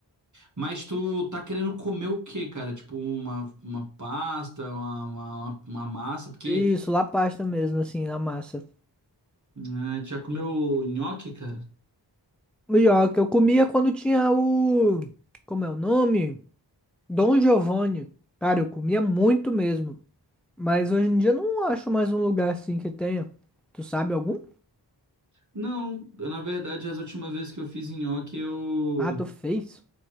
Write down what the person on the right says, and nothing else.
Mas tu tá querendo comer o quê, cara? Tipo uma, uma pasta, uma, uma, uma massa? Porque
ah, tu já comeu nhoque, cara?
Não, eu, na verdade, as últimas vezes que eu fiz nhoque, eu.